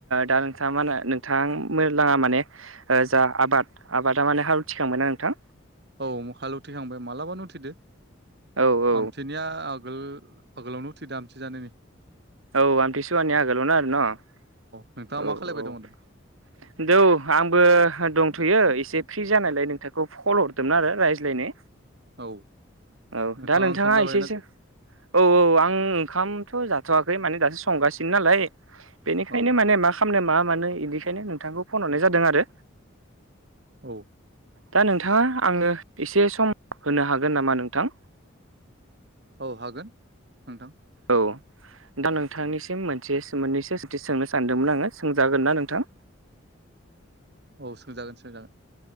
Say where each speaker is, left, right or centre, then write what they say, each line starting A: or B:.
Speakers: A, on the right (about 85°); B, on the right (about 55°).
A: दा नोंथांङा मा होनो नोंथां लांङा माने जा आबाद आबादा माने हाल थिखांबायना नोंथां
B: औ हाल उथिखांबाय मालाबानो उथिदो
A: औ औ
B: आमथि निया आगोल आगोलावनो आमथि जानायनि
A: औ आमथिसुवानि आगोलावनो आरो न' औ
B: नोंथाङा मा खालायबाय
A: औ
B: दङ दा
A: दौ आंबो दंथ'यो एसे फ्रि जानायलाय नोंथांखौ फल हरदोंमोन आरो रायज्लायनो
B: औ
A: औ
B: नोंथाङा
A: दा नोंथांङा
B: ओंखाम जाबायना
A: एसेसो औ औ आं ओंखामथ' जाथ'वाखै माने दासो संगासिनो नालाय बेनिखायनो
B: औ
A: माने मा खालामनो मा मानो इनिखायनो नोंथांखौ फन हरनाय जादों आरो
B: औ
A: दा नोंथांङा आंनो एसे सम होनो हागोन नामा नोंथां
B: औ हागोन नोंथां
A: औ दा नोंथांनिसिम मोनसे मोन्नैसो सोंथि सोंनो सानदोंमोन आंङो सोंजागोन ना नोंथां
B: औ सोंजागोन सोंजागोन